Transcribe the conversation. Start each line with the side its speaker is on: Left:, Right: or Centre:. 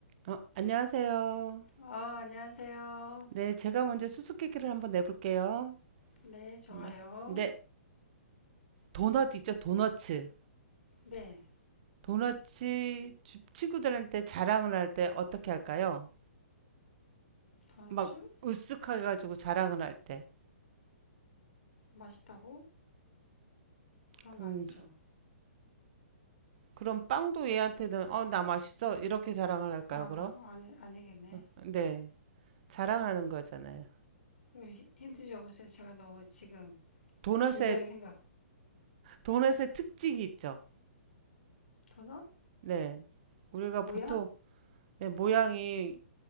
Right: 어, 안녕하세요.
Left: 어, 안녕하세요.
Right: 네, 제가 먼저 수수께끼를 한번 내볼게요.
Left: 네, 좋아요.
Right: 네. 네, 도넛 있죠? 도너츠.
Left: 네,
Right: 도너츠 주- 친구들한테 자랑을 할 때 어떻게 할까요?
Left: 도너츠?
Right: 막 으쓱하게 가지고 자랑을 할 때.
Left: 맛있다고? 그런
Right: 그,
Left: 거 아니죠?
Right: 그럼 빵도 얘한테는 어, 나 맛있어. 이렇게 자랑을 할까요,
Left: 아,
Right: 그럼?
Left: 아, 아니, 아니겠네.
Right: 어, 네. 자랑하는 거잖아요.
Left: 이거 힌트 줘보세요. 제가 너무 지금
Right: 도넛의
Left: 진지하게 생각.
Right: 도넛의 특징이 있죠.
Left: 도넛?
Right: 네. 우리가
Left: 모양?
Right: 보통 네, 모양이